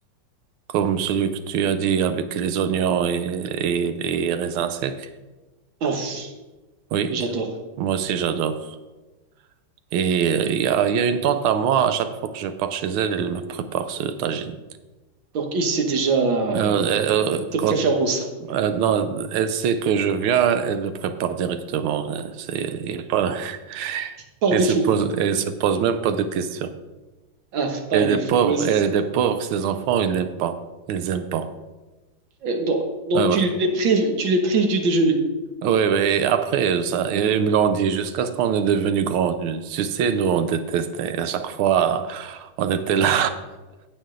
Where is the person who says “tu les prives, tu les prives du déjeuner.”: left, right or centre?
Right